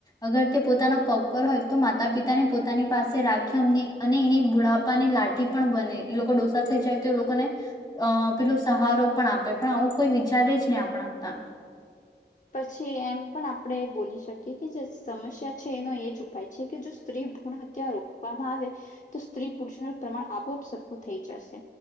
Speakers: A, on the left; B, on the left.
A: અગર તે પોતાના પગ પર હોય તો માતા પિતાને પો પોતાની પાસે રાખી એમની અને એની બુઢાપાની લાઠી પણ બને એ લોકો ડોસા થઈ જાય તો એ લોકોને અ પેલોું સહારો પણ આપે પણ આવું કોઈ વિચારે જ નહી આપણા ત
B: પછી એમ પણ આપણે બોલી શકીએ કે જે સમસ્યા છે એનો એ જ ઉપાય છે કે જો સ્ત્રી ભૂણ હત્યા રોકવામાં આવે તો સ્ત્રી પુરુષોનું પ્રમાણ આપોઆપ સરખું થઈ જશે